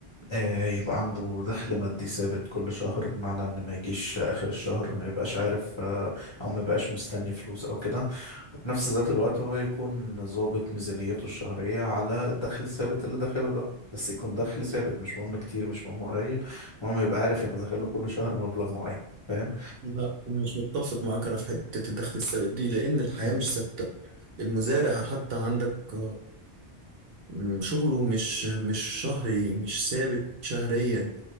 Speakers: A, on the left; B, on the right.
A: آه، يبقى عنده دخل مادي ثابت كل شهر بمعنى ان ما يجيش اخر الشهر ما يبقاش عارف آه، او ما يبقاش مستني فلوس او كده وفي نفس ذات الوقت هو يكون ظابط ميزانيته الشهرية على الدخل الثابت اللي داخله ده بس يكون دخل ثابت مش مهم كتير مش مهم قليل المهم يبقى عارف ان داخله كل شهر مبلغ معين فاهم
B: لا مش متفق معاك أنا في حتة الدخل الثابت دي لأن الحياة
A: مم.
B: مش ثابتة المزارع حتى عندك مم، شغله مش مش شهري مش ثابت شهريا